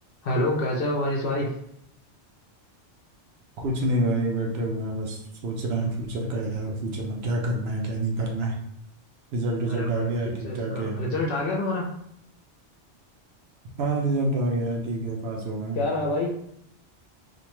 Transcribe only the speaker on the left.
हेलो कैसे हो मनीष भाई
अरे
भाई
फिर
से इसका
रिजल्ट आ गया तुम्हारा
क्या रहा भाई